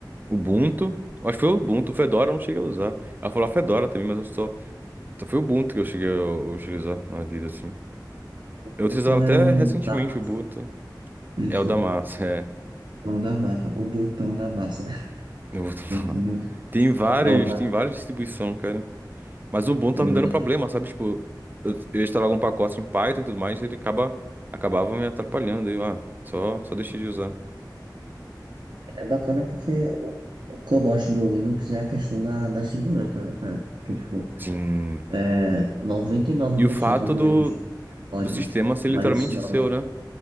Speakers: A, on the right; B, on the right.
A: Ubuntu. Acho que foi o Ubuntu. Fedora eu não cheguei a usar. Ela falou a Fedora também, mas eu só, só foi o Ubuntu que eu cheguei a utilizar na vida, assim. Eu utilizava
B: O Outro é
A: até
B: o
A: recentemente
B: da massa,
A: o Ubuntu.
B: isso,
A: É o da massa, <laughs> é.
B: é o da massa, o botão da massa, <laughs>
A: O Ubuntu da
B: entendeu?
A: massa. Tem vários,
B: É uma,
A: tem várias distribuições, cara. Mas o Ubuntu
B: tem
A: tá me
B: vários.
A: dando problema, sabe? Tipo, eu, eu instalava algum pacote em Python e tudo mais, ele acaba, acabava me atrapalhando. Daí eu, ah, só, só deixei de usar.
B: É bacana porque o, o que eu gosto do Linux é a questão da, da segurança, né, cara? Que, tipo,
A: Sim.
B: é, noventa e nove
A: E
B: por
A: o fato
B: cento dos
A: do,
B: códigos
A: do sistema ser
B: maliciosos,
A: literalmente seu, né?